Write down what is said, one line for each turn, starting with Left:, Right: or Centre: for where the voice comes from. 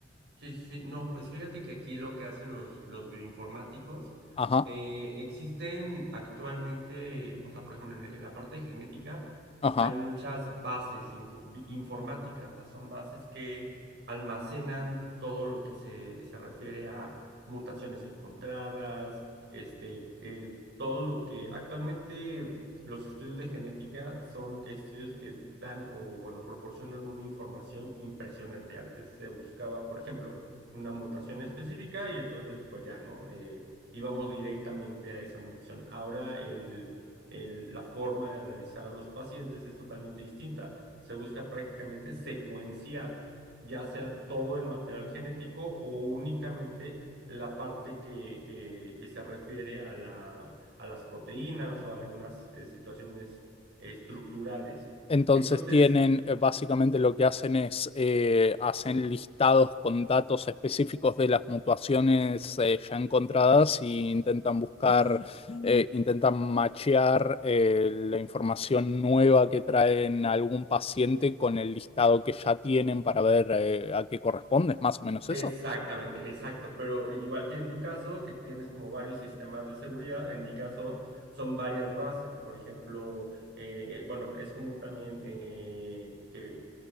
Right: Sí, sí, sí. no, pues fíjate que aquí lo que hacen los, los bioinformáticos,
Left: Ajá,
Right: eh, existen actualmente, o sea, por ejemplo, en, en la parte de genética
Left: ajá.
Right: hay muchas bases info- bi- informáticas, ¿no? Son bases que almacenan todo lo que se, se refiere a mutaciones encontradas, este, eh, todo lo que actualmente los estudios de genética son estudios que dan o, bueno, proporcionan una información impresionante. Antes se buscaba, por ejemplo, una mutación específica y entonces, pues ya, ¿no? Eh, íbamos directamente a esa mutación. Ahora el, el- la forma de analizar a los pacientes es totalmente distinta. Se busca prácticamente secuenciar ya sea todo el material genético o únicamente la parte que, que, que se refiere a la a las proteínas o a algunas eh, situaciones eh, estructurales.
Left: Entonces
Right: Entonces,
Left: tienen, eh, básicamente lo que hacen es, eh, hacen listados con datos específicos de las mutuaciones eh, ya encontradas y intentan buscar, eh, intentan machear eh, la información nueva que traen algún paciente con el listado que ya tienen para ver eh, a qué corresponde, ¿es más o menos
Right: exactamente,
Left: eso?
Right: exacto, pero igual que en tu caso, que tienes como varios sistemas de seguridad, en mi caso son varias bases, por ejemplo, eh, eh, bueno, es común también eh, que